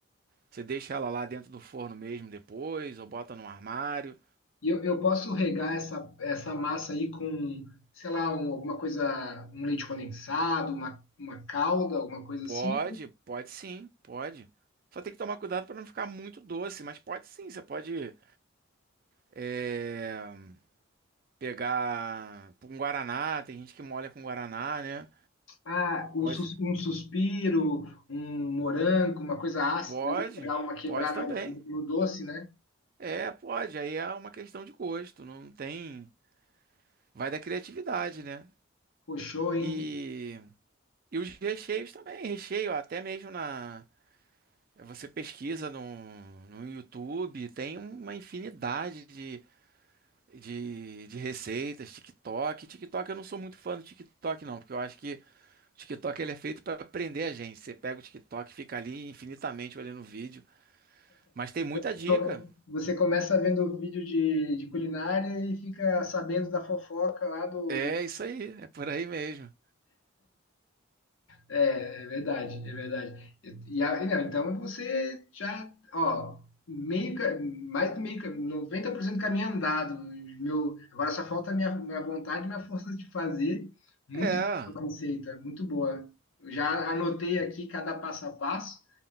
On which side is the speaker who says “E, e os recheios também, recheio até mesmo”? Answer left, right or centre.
Right